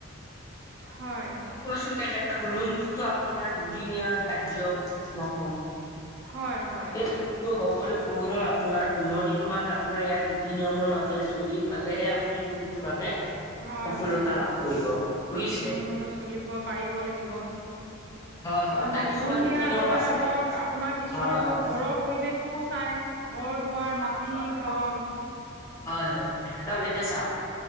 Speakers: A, on the right; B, on the left.
A: হয়।
B: মই কৈছো তেখেতক লোনটোত আপোনাৰ দুদিনীয়া কাৰ্য নহয়।
A: হয়, হয়,
B: এই লোন টো হ'বলৈ কমেওঁ আপোনাৰ পোন্ধৰ দিন মান আপোনাৰ ইয়াৰ নীতি নিয়মৰ মাজেৰে চলি পালেহে আপুনি লোন টোৰ বাবে
A: হয়,
B: সফলতা
A: হয়।
B: লাভ কৰিব
A: নীতি
B: বুইছে।
A: নিয়মৰ মাজত চলিব পাৰিবও লাগিব। আপোনাৰ
B: হয় হয় তাৰ
A: ধৰক
B: কিছুমান
A: লোন
B: নীতি
A: দিয়া আগতে
B: নিয়ম আছে
A: ধৰক আপোনাৰ কিছুমানে
B: হয়
A: ধৰক
B: হয়
A: ঘৰপ পৰিৱেশটোও চাই ঘৰ দুৱাৰ
B: হয়
A: মাটি
B: হয়
A: ধৰক
B: হয় হয় তেখেতক এতিয়া চাওঁক